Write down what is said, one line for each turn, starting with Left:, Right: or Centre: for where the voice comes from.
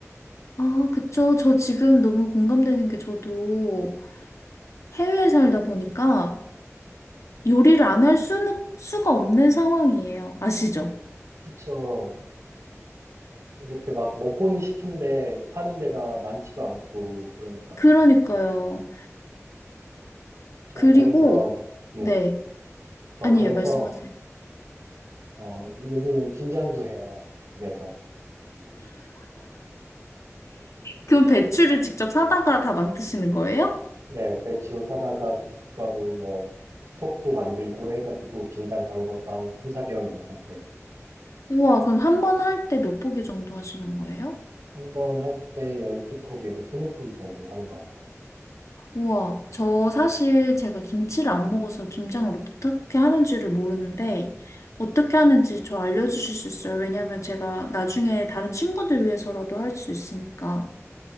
Left: 아, 그쵸. 저 지금 너무 공감되는 게 저도 해외에 살다 보니까 요리를 안 할 수는, 수가 없는 상황이에요. 아시죠?
Right: 그쵸. 이렇게 막 먹고는 싶은데 파는 데가 많지도 않고 그러니까
Left: 그러니까요.
Right: 전
Left: 그리고,
Right: 그래서 네,
Left: 네.
Right: 전
Left: 아니에요.
Right: 그래서
Left: 말씀하세요.
Right: 어 요즘엔 김장도 해요 집에서.
Left: 그럼 배추를 직접 사다가 다 만드시는 거예요?
Right: 네, 배추 사다가 고춧가루 뭐 속도 만들고 해가지고 김장 담궈서 한 3, 4개월 먹고 그래요.
Left: 우와, 그럼 한 번 할 때 몇 포기 정도 하시는 거예요?
Right: 한 번 할 때 12포기에서 20포기 정도 하는 것 같아요.
Left: 우와, 저 사실 제가 김치를 안 먹어서 김장을 어떻게 하는지를 모르는데, 어떻게 하는지 저 알려주실 수 있어요? 왜냐면 제가 나중에 다른 친구들 위해서라도 할 수 있으니까.